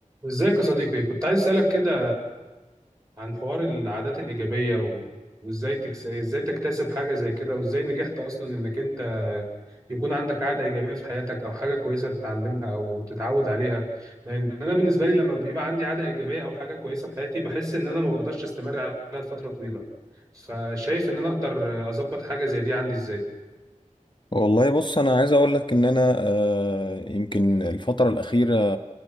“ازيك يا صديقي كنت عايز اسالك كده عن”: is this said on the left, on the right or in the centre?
Right